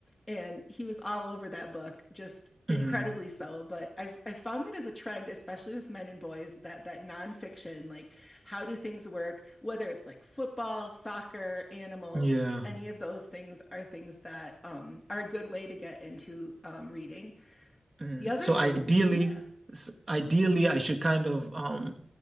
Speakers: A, on the left (about 20°); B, on the right (about 30°).
A: And he was all over that book, just incredibly
B: mm,
A: so. But I've, I've found that as a trend, especially with men and boys, that that nonfiction, like how do things work, whether it's like football, soccer, animals,
B: yeah.
A: any of those things are things that um, are a good way to get into um, reading
B: Mm.
A: the other
B: So
A: thing,
B: ideally,
A: yeah.
B: s- ideally, I should kind of um,